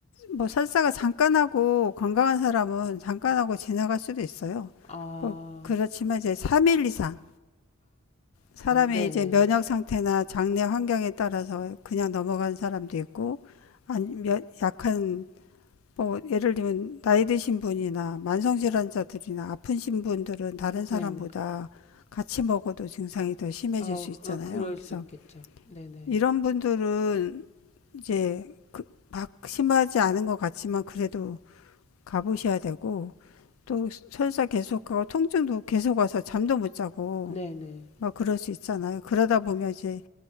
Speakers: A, on the left (about 80°); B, on the left (about 30°).
A: 뭐 설사가 잠깐 하고 건강한 사람은 잠깐 하고 지나갈 수도 있어요.
B: 네네아아아
A: 뭐 그렇지만 이제 3일 이상 사람의
B: 네네
A: 이제 면역 상태나 장내 환경에 따라서 그냥 넘어간 사람도 있고 안, 약한 뭐 예를 들면 나이 드신 분이나 만성질환자들이나 아프신 분들은 다른 사람보다
B: 네네
A: 같이 먹어도 증상이 더 심해질
B: 아 어,
A: 수 있잖아요.
B: 그럴
A: 그래서
B: 수 있겠죠. 네네
A: 이런 분들은 이제 심하지 않은 것 같지만 그래도 가보셔야 되고 또 설사 계속하고 통증도 계속 와서 잠도 못 자고
B: 네네
A: 막 그럴 수 있잖아요. 그러다 보면 이제